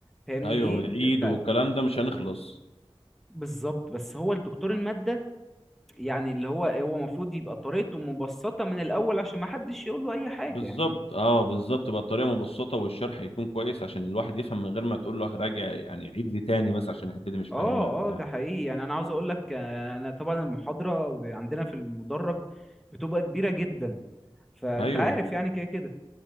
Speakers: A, in the centre; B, on the left.
A: فاهمني
B: ايوه
A: ايه
B: والعيد
A: بتاع
B: والكلام ده مش هنخلص
A: بالظبط بس هو الدكتور المادة يعني اللي هو هو المفروض يبقى طريقته مبسطة من الاول عشان ما حدش يقول له اي حاجة
B: بالظبط
A: يعني
B: اه بالظبط بقى الطريقه مبسطه والشرح يكون كويس عشان الواحد يفهم من غير ما تقول له راجع يعني عيد لي تاني بس عشان الحته دي مش فاهمها
A: اه
B: بتاع
A: اه ده حقيقي يعني انا عاوز اقول لك آه، انا طبعا المحاضره ب- عندنا في المدرج بتبقى كبيره جدا فانت
B: ايوه
A: عارف يعني كده كده